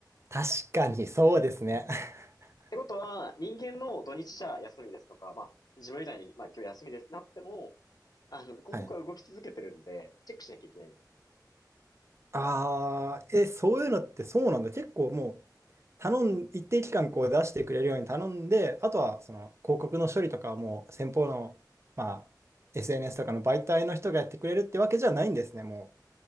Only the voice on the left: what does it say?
ってことは、人間の土日じゃ休みですとか、まあ、自分みたいに、まあ、今日休みですってなっても、あの、広告は動き続けてるんで、
チェックしなきゃいけないんです。